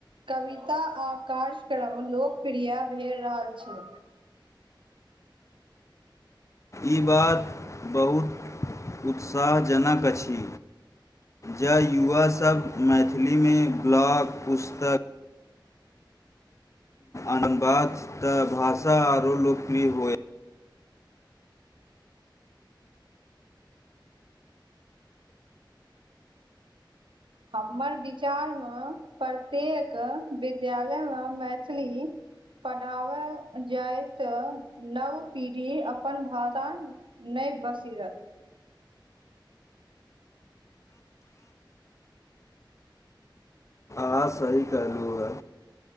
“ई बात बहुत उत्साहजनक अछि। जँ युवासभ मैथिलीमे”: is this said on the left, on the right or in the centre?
Left